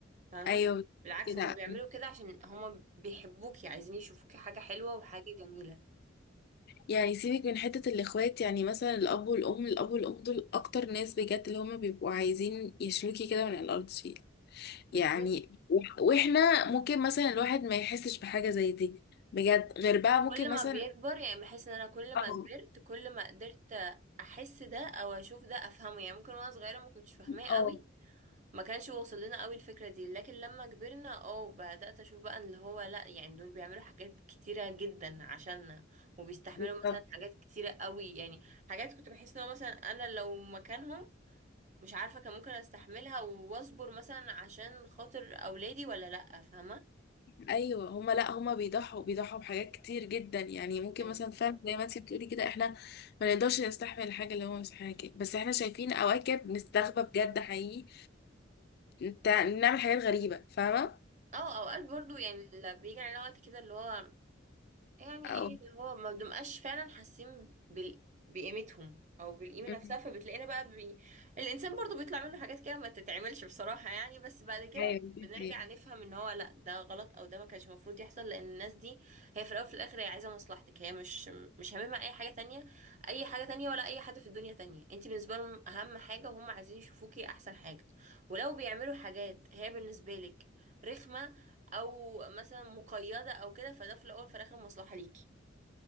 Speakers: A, on the right (about 40°); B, on the left (about 55°).
A: فاهمة
B: ايوه
A: بالعكس
B: كده
A: هم بيعملوا كده عشان هم بيحبوكي عايزين يشوفوكي حاجة حلوة وحاجة جميلة
B: يعني سيبك من حتة الإخوات يعني مثلا الأب والأم الأب والأم دول أكتر ناس بجد اللي هما بيبقوا عايزين يشلوكي كده من الأرض شيء
A: بالظبط
B: يعني وح- وإحنا ممكن مثلا الواحد ما يحسش بحاجة زي دي بجد غير بقى ممكن
A: كل
B: مثلا
A: ما بيكبر يعني بحس ان انا كل
B: اه
A: ما كبرت كل ما قدرت احس ده او اشوف ده افهمه يعني ممكن وانا صغيرة ما كنتش فاهماه قوي
B: اه
A: ما كانش واصل لنا قوي الفكرة دي لكن لما كبرنا اه بدأت اشوف بقى اللي هو لا يعني دول بيعملوا حاجات كتيرة جدا عشاننا وبيستحملوا
B: بالظبط.
A: مثلا حاجات كتيرة قوي يعني حاجات كنت بحس ان هو مثلا انا لو مكانهم مش عارفة كان ممكن استحملها واصبر مثلا عشان خاطر اولادي ولا لا فاهمة
B: ايوه هما لا هما بيضحوا بيضحوا بحاجات كتير جدا يعني ممكن
A: ايوه
B: مثلا فعلا
A: بصراحة
B: زي ما انت بتقولي كده احنا ما نقدرش نستحمل الحاجه اللي هما مستحملها كده بس احنا شايفين اواكب نستغبى بجد حقيقي وبنعمل حاجات غريبه فاهمه
A: اه اوقات برضو يعني اللي بيجي علينا وقت كده اللي هو يعني
B: او
A: ايه اللي هو ما بنبقاش فعلا حاسين بال... بقيمتهم او بالقيمه
B: مم.
A: نفسها فبتلاقينا بقى بي... الانسان برضو بيطلع منه حاجات كده ما تتعملش بصراحه يعني بس بعد كده
B: ايوه دي
A: بنرجع
B: حقيقة.
A: نفهم ان هو لا ده غلط او ده ما كانش المفروض يحصل لان الناس دي هي في الاول وفي الاخر هي عايزه مصلحتك هي مش مش هاممها اي حاجه تانية اي حاجه تانية ولا اي حد في الدنيا تانية انت بالنسبه لهم اهم حاجه وهم عايزين يشوفوكي احسن حاجه ولو بيعملوا حاجات هي بالنسبه لك رخمه او مثلا مقيده او كده فده في الاول في الاخر مصلحه ليكي